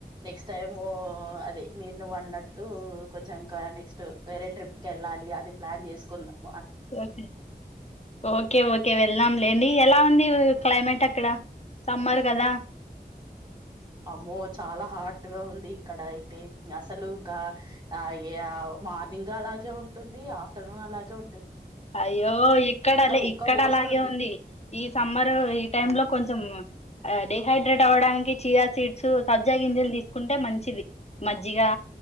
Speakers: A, on the right; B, on the left.
A: నెక్స్ట్ టైం ము అది మీరు నువ్వు అన్నట్టు కొంచెం ఇంకా నెక్స్ట్ వేరే ట్రిప్ కి వెళ్ళాలి అది ప్లాన్ చేస్ కున్నా
B: ఓకే ఓకే ఓకే వెళ్దాం లెండి లేండి ఎలా ఉంది క్లైమేట్ అక్కడ సమ్మర్ కదా
A: అమ్మో చాలా హాట్ గా ఉంది ఇక్కడ అయితే అసలు ఇంకా ఏఈ మార్నింగ్ అలాగే ఉంటుంది ఆఫ్టర్నూన్ అలాగే ఉం
B: అయ్యో ఇక్కడ లే
A: ఉక్క
B: ఇక్కడ
A: పోస్తుంది
B: అలాగే ఉంది ఈ సమ్మర్ ఈ టైమ్
A: ఆ
B: లో కొంచెం ఆ డే డిహైడ్రేట్ అవ్వడానికి చియా సీడ్స్ యూ సబ్జా గింజలు తీసుకుంటే మంచిది మజ్జిగా